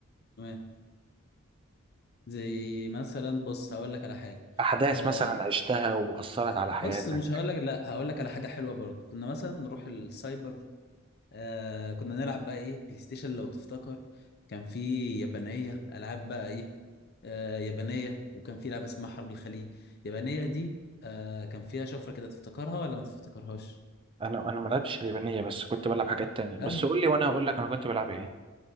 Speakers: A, on the left (about 45°); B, on the right (about 25°).
A: تمام زي مثلا بص هقول لك على حاجه
B: أحداث
A: آه
B: مثلا عشتها وأثرت على
A: بص
B: حياتك
A: مش هقول لك لا هقول لك على حاجه حلوه برضو كنا مثلا نروح السايبر آه كنا نلعب بقى ايه بلاي ستيشن لو تفتكر كان في يابانية العاب بقى ايه آه يابانية وكان في لعبة اسمها حرب الخليج يابانية دي آه كان فيها شفرة كده تفتكرها ولا ما تفتكرهاش
B: انا انا ما لعبتش اليابانيه بس كنت بلعب حاجات تانية
A: بجد
B: بس قول لي وانا هقول لك انا كنت بلعب ايه